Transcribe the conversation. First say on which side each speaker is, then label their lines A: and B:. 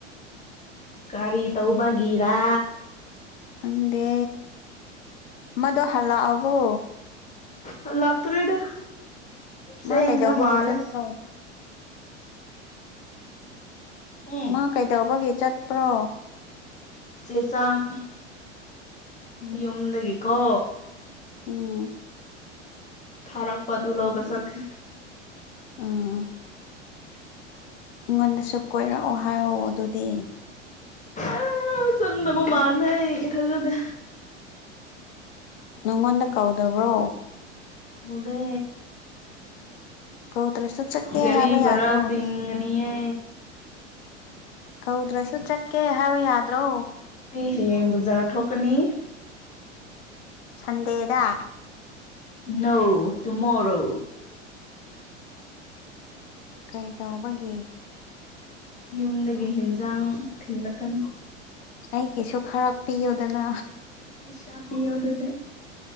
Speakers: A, on the left (about 20°); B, on the left (about 60°).
A: ꯀꯔꯤ ꯇꯧꯕꯒꯤꯔꯥ
B: ꯈꯪꯗꯦ ꯃꯗꯣ ꯍꯜꯂꯛꯑꯕꯣ
A: ꯍꯜꯂꯛꯇꯔꯤꯗ ꯆꯦꯟꯈꯔꯃꯥꯂꯤ
B: ꯃꯥ ꯀꯩꯗꯧꯕꯒꯤ ꯆꯠꯄ꯭ꯔꯣ
A: ꯎꯝ
B: ꯃꯥ ꯀꯩꯗꯧꯕꯒꯤ ꯆꯠꯄ꯭ꯔꯣ
A: ꯆꯦ ꯆꯥꯡ
B: ꯎꯝ
A: ꯌꯨꯝꯗꯒꯤꯀꯣ
B: ꯎꯝ
A: ꯊꯔꯛꯄ ꯑꯗꯨꯂꯧꯕ ꯆꯠꯈꯤ
B: ꯑꯥ ꯑꯩꯉꯣꯟꯗꯁꯨ ꯀꯣꯏꯔꯛꯑꯣ ꯍꯥꯏꯑꯣ ꯑꯗꯨꯗꯤ
A: ꯑ ꯆꯠꯅꯤꯡꯗꯕ ꯃꯥꯜꯂꯦ ꯏꯊꯟꯗꯅꯦ
B: ꯅꯪꯉꯣꯟꯗ ꯀꯧꯗꯕ꯭ꯔꯣ
A: ꯀꯧꯗꯦ
B: ꯀꯧꯗ꯭ꯔꯁꯨ ꯆꯠꯀꯦ
A: ꯒꯥꯔꯤ
B: ꯍꯥꯏꯕ
A: ꯕꯥꯔ
B: ꯌꯥꯗ꯭ꯔꯣ
A: ꯊꯤꯡꯒꯅꯤꯌꯦ
B: ꯀꯧꯗ꯭ꯔꯁꯨ ꯆꯠꯀꯦ ꯍꯥꯏꯕ ꯌꯥꯗ꯭ꯔꯣ
A: ꯑꯩ ꯍꯌꯦꯡ ꯕꯖꯥꯔ ꯊꯣꯛꯀꯅꯤ
B: ꯁꯟꯗꯦꯗ
A: ꯅꯣ ꯇꯨꯃꯣꯔꯣ
B: ꯀꯩ ꯇꯧꯕꯒꯤ
A: ꯌꯨꯝꯗꯒꯤ ꯍꯦꯟꯖꯥꯡ ꯊꯤꯜꯂꯛꯀꯅꯤ
B: ꯑꯩꯒꯤꯁꯨ ꯈꯔ ꯄꯤꯌꯨꯗꯅ
A: ꯄꯩꯁꯥ ꯄꯤꯌꯣ ꯑꯗꯨꯗꯤ